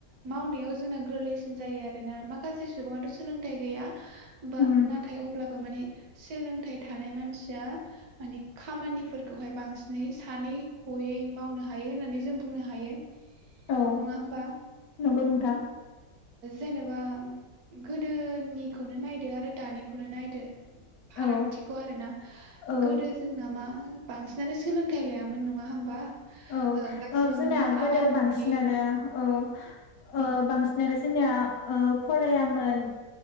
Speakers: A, on the right; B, on the left.
A: मावनायाव जोंना गोरलै। जायो आरोना माखासे सुबुंआथ। सोलोंथाइ गैया
B: उम
A: नाथाय अब्लाबो माने। थानाय मानसिया म खामानिफोरखौहाय बांसिनै सानै हयै मावनो हायो होननानै जों बुंनो हायो।
B: औ
A: नङा होमबा?
B: नंगौ नोंथां
A: जेनेबा गोदोनि। खौनो नायदो आरो दानि खौनो नायदो। फारागथिखौ
B: औ
A: आरो ना
B: औ
A: गोदो जोंना मा बांसिनानो सोलोंथाइ लायामोन नङा होमबा?
B: औ
A: गासिबो
B: ओ जोंना
A: माने
B: गोदो
A: आबाद मावनानै
B: बांसिनानो औ
A: उम
B: ओ बांसिनानो जोंना ओ फरायामोन।